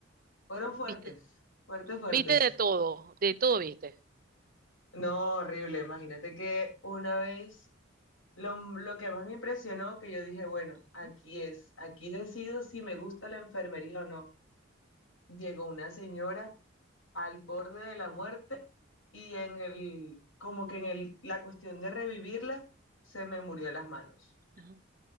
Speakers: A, on the left (about 85°); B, on the right (about 45°).
A: fueron fuertes,
B: ¿Viste?
A: fuertes, fuertes.
B: ¿Viste de todo? De todo viste.
A: No, horrible, imagínate que una vez, lo, lo que más me impresionó, que yo dije, bueno,
B: Ujú.
A: aquí es, aquí decido si me gusta la enfermería o no. Llegó una señora al borde de la muerte y en el, como que en el, la cuestión de revivirla, se me murió las manos.
B: <gasps>